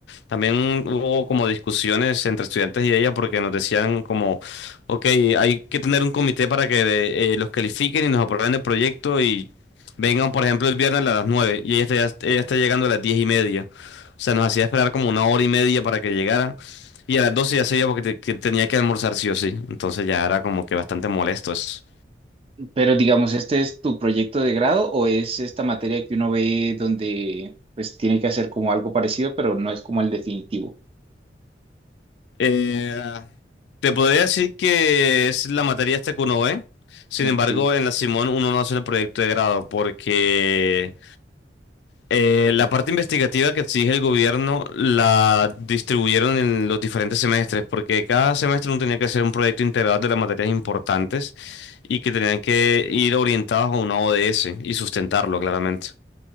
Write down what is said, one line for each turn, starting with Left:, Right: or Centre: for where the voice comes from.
Left: también hubo como discusiones entre estudiantes y ella porque nos decían como, ok, hay que tener un comité para que eh, los califiquen y nos aprueben el proyecto y vengan, por ejemplo, el viernes a las nueve y ella está, ella está llegando a las 10 y media. O sea, nos hacía esperar como una hora y media para que llegara. Y a las 12 ya se iba porque te- que tenía que almorzar sí o sí. Entonces ya era como que bastante molesto eso.
Right: pero digamos, ¿este es tu proyecto de grado o es esta materia que uno ve donde pues tiene que hacer como algo parecido, pero no es como el definitivo?
Left: Eh, te podría decir que es la materia esta que uno ve. Sin
Right: Ok,
Left: embargo, en la Simón uno no hace el proyecto de grado porque eh, la parte investigativa que exige el gobierno la distribuyeron en los diferentes semestres, porque cada semestre uno tenía que hacer un proyecto integral de las materias importantes y que tenían que ir orientados a una ODS y sustentarlo claramente.